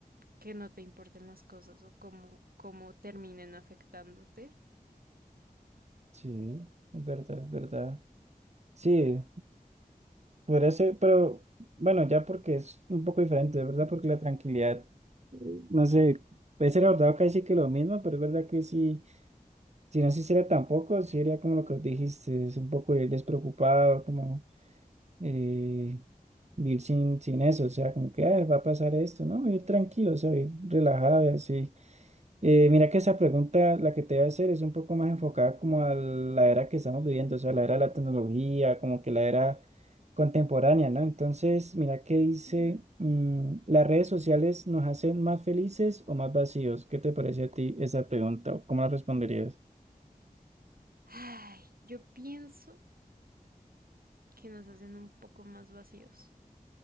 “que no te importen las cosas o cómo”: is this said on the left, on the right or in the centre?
Right